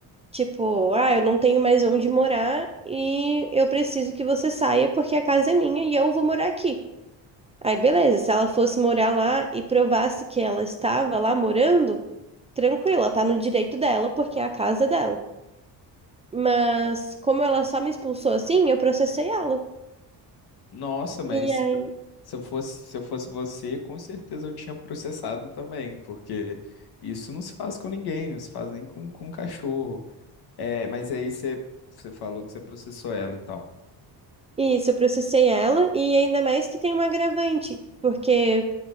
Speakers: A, on the right; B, on the left.
A: Tipo, ah, eu não tenho mais onde morar e eu preciso que você saia porque a casa é minha e eu vou morar aqui. Aí, beleza, se ela fosse morar lá e provasse que ela estava lá morando, tranquilo, ela tá no direito dela porque é a casa dela. Mas como ela só me expulsou assim, eu processei ela.
B: Nossa, mas
A: E aí,
B: se eu fosse, se eu fosse você, com certeza eu tinha processado também, porque isso não se faz com ninguém, não se faz nem com, com um cachorro. É, mas aí você, você falou que você processou ela, então.
A: isso, eu processei ela e ainda mais que tem um agravante, porque